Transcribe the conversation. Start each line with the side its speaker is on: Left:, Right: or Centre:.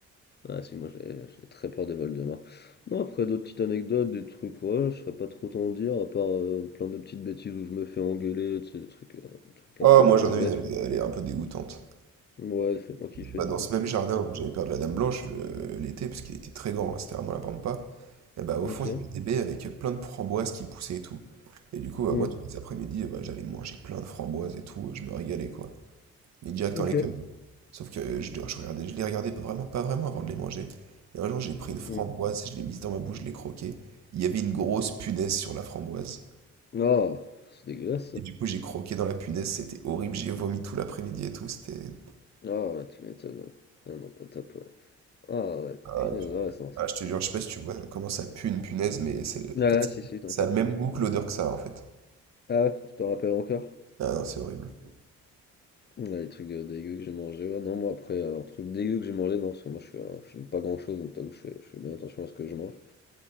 Left: Ah si, moi j'ai j'ai très peur des Voldemort. Non, après d'autres petites anecdotes, des trucs, ouais, je serais pas trop t'en dire, à part euh, plein de petites bêtises où je me fais engueuler, tu sais, des trucs, euh, des trucs
Right: Ah,
Left: un peu,
Right: moi,
Left: un
Right: j'en
Left: peu bêtes.
Right: ai une, elle, est elle est un peu dégoûtante.
Left: Ouais, fais-moi kiffer,
Right: Bah,
Left: dis-moi.
Right: dans ce même jardin où j'avais peur de la Dame Blanche le- l'été, parce qu'il était très grand, hein, c'était vraiment la pampa, et bah, au
Left: Ok.
Right: fond, il y avait des baies avec plein de framboises qui poussaient et tout. Et du coup, bah,
Left: Hum,
Right: moi, tous les après-midi, bah, j'allais manger plein de framboises et tout, je me régalais, quoi. mais direct
Left: Ok.
Right: dans l'écueil. Sauf que je, je regardais, je les regardais pas vraiment, pas vraiment avant de les manger. Et un jour, j'ai pris
Left: hum.
Right: une framboise, je l'ai mise dans ma bouche, je l'ai croquée. Il y avait une grosse punaise sur la framboise.
Left: Ah, c'est dégueulasse ça.
Right: Et du coup, j'ai croqué dans la punaise, c'était horrible, j'ai vomi tout l'après-midi et tout. C'était.
Left: Ah, ouais, tu m'étonnes. Ah non, pas top, ouais. Ah ouais,
Right: Ah,
Left: punaise,
Right: tu-
Left: ouais, ça.
Right: ah, je te jure, je sais pas si tu vois comment ça pue une punaise, mais c'est
Left: Ah
Right: en fait,
Left: si, si, t'inquiète
Right: ça a le même
Left: pas.
Right: goût que
Left: Ouais.
Right: l'odeur que ça, en fait.
Left: Ah, tu t'en rappelles encore?
Right: Ah non, c'est horrible.
Left: Ouais, les trucs de, dégueu que j'ai mangé, ouais. Non, moi après, euh, un truc dégueu que j'ai mangé, non, parce que moi je suis, euh, j'aime pas grand chose, donc t'avoue, je fais, je fais bien attention à ce que je mange.